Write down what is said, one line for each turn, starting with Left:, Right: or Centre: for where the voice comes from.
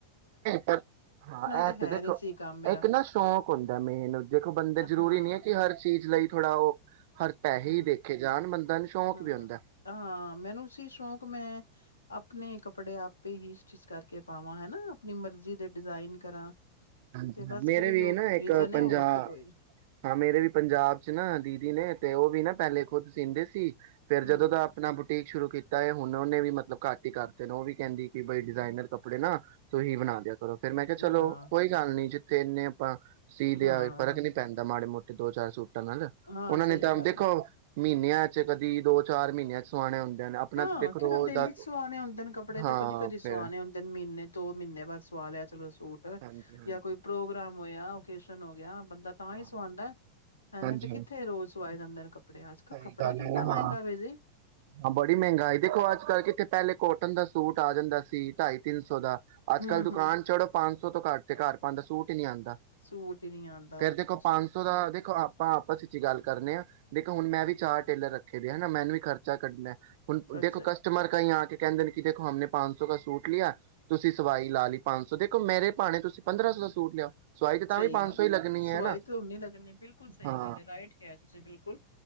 Right: ਪਰ ਹਾਂ ਇਹ
Left: ਤਾਂ ਹੈ
Right: ਤੇ ਦੇਖੋ
Left: ਨਹੀਂ ਸੀ ਕੰਮ ਮੇਰਾ
Right: ਇੱਕ ਨਾ ਸ਼ੌਕ ਹੁੰਦਾ ਏ ਮੇਨ, ਦੇਖੋ ਬੰਦੇ
Left: ਹਾਂ,
Right: ਜ਼ਰੂਰੀ ਨਹੀਂ ਏ ਕਿ ਹਰ ਚੀਜ਼ ਲਈ ਥੋੜਾ ਉਹ ਹਰ ਪੈਸੇ
Left: ਹਾਂ
Right: ਹੀ ਦੇਖੇ ਜਾਣ ਬੰਦਾ ਨੂੰ ਸ਼ੌਕ
Left: ਹਾਂ
Right: ਵੀ ਹੁੰਦਾ
Left: ਹਾਂ ਮੈਨੂੰ ਸੀ ਸ਼ੌਕ ਮੈਂ ਆ ਆਪਣੇ ਕੱਪੜੇ ਆਪੇ ਹੀ ਸਟਿੱਚ ਕਰਕੇ ਪਾਵਾਂ, ਹੇਨਾ। ਆਪਣੀ ਮਰਜ਼ੀ ਦੇ ਡਿਜ਼ਾਇਨ ਕਰਾਂ
Right: ਹਾਂਜੀ,
Left: ਤੇ ਬਸ
Right: ਹਨ, ਮੇਰੇ
Left: ਫਿਰ ਇਹੀਓ
Right: ਵੀ ਨਾ ਇੱਕ
Left: ਰੀਜ਼ਨ
Right: ਪੰਜਾ,
Left: ਹੈ ਹੋਰ ਤੇ ਕੋਈ ਨਹੀਂ।
Right: ਹਾਂ ਮੇਰੇ ਵੀ ਪੰਜਾਬ ਚ ਨਾ ਦੀਦੀ ਨੇ ਤੇ ਉਹ ਵੀ ਨਾ ਪਹਿਲੇ ਖੁਦ ਸੀਂਦੇ ਸੀ। ਤੇ
Left: ਹੂੰ,
Right: ਜਦੋਂ ਦਾ ਆਪਣਾ ਬੁਟੀਕ ਸ਼ੁਰੂ ਕੀਤਾ ਏ, ਹੁਣ ਉਹਨੇ ਵੀ ਮਤਲਬ ਘੱਟ ਹੀ ਕਰਤੇ ਨੇ ਉਹ ਵੀ ਕਹਿੰਦੀ ਕੀਬਈ ਡਿਜ਼ਾਇਨਰ ਕੱਪੜੇ ਨਾ ਤੂਹੀ ਬਣਾ ਦਿਆਂ ਚਲੋ ਫਿਰ ਮੈਂ ਕਿਹਾ ਚਲੋ
Left: ਹਾਂ,
Right: ਹੱਲ ਜਿੱਥੇ ਨੇ ਆਪਾਂ ਸੀ ਦਿਆ
Left: ਹਾਂ,
Right: ਫਰਕ ਨੀ ਪੈਂਦਾ ਮਾੜੇ ਮੋਟੇ ਦੋ ਚਾਰ ਸੂਟਾਂ ਨਾਲ
Left: ਹਾਂ,
Right: ਉਹਨਾਂ
Left: ਸਹੀ
Right: ਨੇ ਤਾਂ
Left: ਗੱਲ
Right: ਦੇਖੋ।
Left: ਹੈ।
Right: ਮਹੀਨਿਆਂ ਚ ਕਦੀ, ਦੋ ਚਾਰ ਮਹੀਨਿਆਂ ਚ ਸੋਆਣੇ ਹੁੰਦੇ। ਨੇ ਆਪਣਾ
Left: ਹਾਂ,
Right: ਤੇ ਦੇਖੋ
Left: ਕਿਹੜਾ
Right: ਰੋਜ਼
Left: ਡੇਲੀ
Right: ਦਾ
Left: ਚ ਸਵਾਣੇ ਹੁੰਦੇ ਨੇ ਕੱਪੜੇ ਤਾਂ
Right: ਹਾਂ
Left: ਕਦੀ ਕਦੀ ਸੂਆਉਣੇ
Right: ਫੇਰ
Left: ਹੁੰਦੇ ਨੇ ਮੀਨੇ ਦੋ ਮਹੀਨੇ ਬਾਅਦ ਸਵਾਲ ਲਿਆ ਚਲੋ ਸੂਟ
Right: ਹਾਂਜੀ ਹਾਂਜੀ
Left: ਜਾਂ ਕੋਈ ਪ੍ਰੋਗਰਾਮ ਮੋਏ ਆ ਓਕੇਸ਼ਨ ਹੋ ਗਿਆ। ਬੰਦਾ ਤਾਂ
Right: ਹਾਂ
Left: ਹੀ ਸਵਾਂਦਾ ਐਵੇਂ
Right: ਹਾਂਜੀ
Left: ਤੇ ਕਿੱਥੇ ਰੋਜ਼ ਸਵਾਏ <inaudible> ਕੱਪੜੇ ਅੱਜ ਕੱਲ੍ਹ
Right: ਸਹੀ
Left: ਕੱਪੜਾ
Right: ਗੱਲ
Left: ਕਿੰਨਾ
Right: ਹੈ ਨਾ
Left: ਮਹਿੰਗਾ
Right: ਹਾਂ
Left: ਵੀਰ ਜੀ।
Right: ਹਾਂ ਬੜੀ ਮਹਿੰਗਾਈ ਦੇਖੋ ਅੱਜ ਕੱਲ੍ਹ ਕਿੱਥੇ ਪਹਿਲੇ ਕੋਟਨ ਦਾ ਸੂਟ ਆ ਜਾਂਦਾ ਸੀ ਢਾਈ ਤਿੰਨ ਸੌ ਦਾ ਅੱਜ
Left: ਹੂੰ-ਹੂੰ,
Right: ਕੱਲ ਦੁਕਾਨ ਚੜੋ ਪੰਜ ਸੋ ਤੋਂ ਘੱਟ ਤੇ ਘਾਰ ਪਾਨ ਦਾ ਸੂਟ ਨਹੀਂ ਆਉਂਦਾ।
Left: ਸੂਟ ਹੀ ਨੀ ਆਂਦਾ
Right: ਫੇਰ
Left: ਬਿਲਕੁਲ
Right: ਦੇਖੋ
Left: ਸਹੀ
Right: ਪੰਜ ਸੌ
Left: ਗੱਲ
Right: ਦਾ ਦੇਖੋ ਆਪਾਂ ਆਪਸ ਵਿੱਚ ਗੱਲ ਕਰਨੇ ਆ। ਦੇਖੋ ਹੁਣ ਮੈਂ ਵੀ ਚਾਰ ਟੇਲਰ ਰੱਖੇ ਦੇ, ਹਨਾ ਮੈਨੂੰ ਵੀ ਖਰਚਾ ਕੱਢਣਾ। ਹੁਣ
Left: ਅੱਛਾ।
Right: ਦੇਖੋ ਕਸਟਮਰ ਕਈ ਆ ਕੇ ਕਹਿੰਦੇ ਨੇ ਕਿ ਦੇਖੋ ਹਮ ਨੇ ਪੰਜ ਸੌ ਕ ਸੂਟ ਲਿਆ, ਤੁਸੀਂ ਸਵਾਈ ਲਾ ਲਈ ਪੰਜ ਸੌ ਦੇਖੋ ਮੇਰੇ ਭਾਣੇ ਤੁਸੀਂ ਪੰਦਰਾਂ ਸੌ ਦਾ ਸੂਟ ਲਿਆਓ ਸਵਾਈ ਤੇ
Left: ਸਹੀ
Right: ਤਾਂ ਵੀ ਪੰਜ
Left: ਗੱਲ
Right: ਸੌ ਹੀ
Left: ਹੈ
Right: ਲੱਗਣੀ
Left: ਸਵਾਈ
Right: ਨਾ
Left: ਤੇ ਓਹਨੀ ਲਗਣੀ ਬਿਲਕੁਲ ਸਹੀ
Right: ਹਾਂ
Left: ਗੱਲ ਹੈ ਰਾਇਟ ਕਿਹਾ ਤੁਸੀਂ ਬਿਲਕੁਲ।